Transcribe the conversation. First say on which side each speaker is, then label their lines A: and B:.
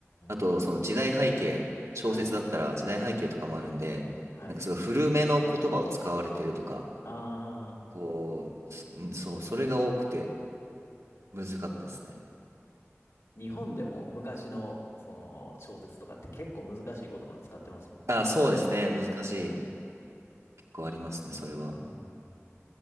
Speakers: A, on the right; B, on the left.
A: あと、
B: ん。
A: その時代背景、小説だったら時代背景とかもあるんで、
B: はい。はい。
A: なんかすごい古めの言葉を使われてるとか、
B: ああ。
A: こう、すんそう、それが多くて難かったですね。
B: 日本でも昔のその小説とかって結構難しい言葉使ってますもんね。
A: あ、そうですね。難しい。結構ありますね、それは。
B: うんうんうん